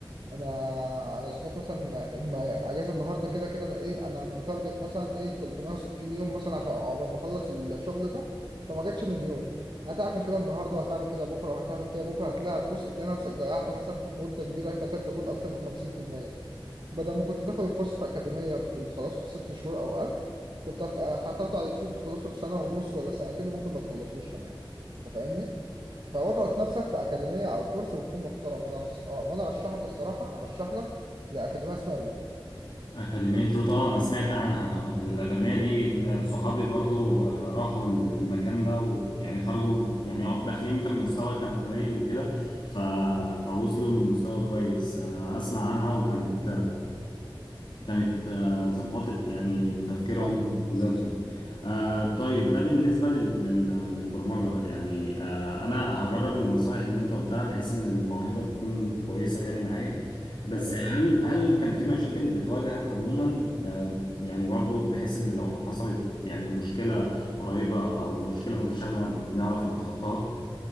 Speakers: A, on the right (about 65°); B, on the left (about 65°).
A: انا انا صحيت مثلا اما اجازه النهارده كده كده انا ايه انا متارجت مثلا ايه 360 يوم مثلا عشان عقبال ما اخلص الشغل ده فما جاتش من يوم هتعمل كده النهارده وهتعمل كده بكره وهتعمل كده بكره هتلاقي هتبص تلاقي نفسك ضيعت مثلا مده كبيره تكاد تكون اكتر من 50% بدل ما كنت تاخد الكورس في اكاديميه في- تخلصه في ست شهور او اقل كنت هت- هتاخده على اليوتيوب تخلصه في سنه ونص ولا سنتين وممكن ما تخلصوش كمان انت فاهمني؟ فاضغط نفسك في اكاديميه او كورس بتكون محترم وانا رس... آه، وانا ارشحك الصراحه ارشح لك زي اكاديميه اسمها روت
B: أكاديمية روت اه أنا سمعت عنها الأكاديمية دي آه، صحابي برضو آه، راحوا ال- المكان ده ويعني خرجوا يعني هو داخلين كان مستوى كان قليل وكده ف... فوصلوا لمستوى كويس أنا أسمع عنها وكانت كانت آه، ظبطت يعني تفكيرهم
A: فاهم
B: وذاتهم آه، طيب ده بالنسبة لل- لل- للبرمجة يعني آه، أنا هجرب النصائح اللي أنت قلتها بحيث إن الموهبة تكون كويسة يعني معايا بس
A: ايوه
B: هل هل كان في مشاكل بتواجهك عموما آه، يعني برضو بحيث إن لو حصلت يعني مشكلة قريبة أو مشكلة متشابهة نعرف نتخطاها